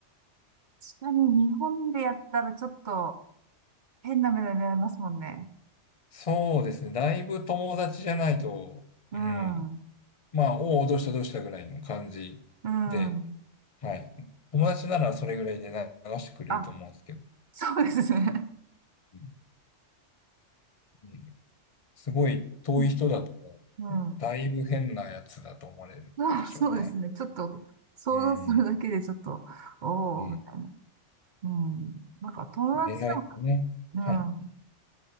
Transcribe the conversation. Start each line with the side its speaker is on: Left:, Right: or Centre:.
Right: 確かに日本でやったらちょっと変な目で見られますもんね。
Left: そうですね。だいぶ友達じゃないと、
Right: うん。
Left: うん。まあ、おお、どうしたどうしたぐらいの感じで、
Right: うん。
Left: はい。友達ならそれぐらいで流してくれると思うんですけど、
Right: あ、そうですね。
Left: うんすごい遠い人だと、
Right: うん。うん
Left: だいぶ変なやつだと思われるでしょうね。
Right: そうそうですね。ちょっと想像するだけでちょっと、
Left: うん。
Right: おおみたいな。
Left: うん。
Right: うん。なんか友達でも、
Left: 恋愛ね。
Right: うん。
Left: はい。